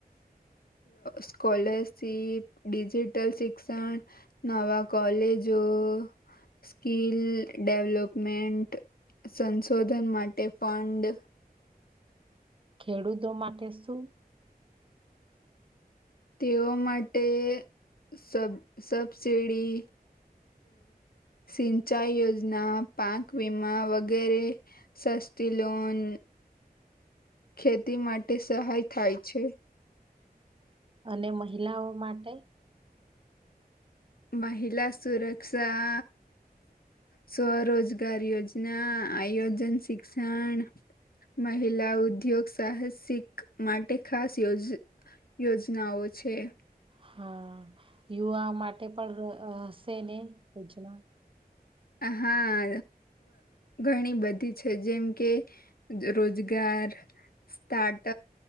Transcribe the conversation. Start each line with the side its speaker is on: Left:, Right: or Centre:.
Left: સ્કોલરશિપ ડિજીિટલ શિક્ષણ, નવા કોલેજો સ્કીલ ડેવલપમેન્ટ, સંશોધન માટે ફંડ
Right: ખેડૂતો માટે શું
Left: તેઓ માટે સબ સબસીડી સિંચાઈ યોજના, પાક વિમા વગેરે સસ્તી લોન- - ખેતી માટે સહાય થાય છે.
Right: અને મહિલાઓ માટે?
Left: મહિલા સુરક્ષા સ્વરોજગાર યોજના, આયોજન શિક્ષણ- - મહિલા ઉદ્યોગ સાહસિક, માટે ખાસ યોજ- - યોજનાઓ છે.
Right: હા યુવા માટે પણ હ હશે, ને યોજના?
Left: હા, ઘણી બધી છે, જેમ કે રોજગાર- - સ્ટારટ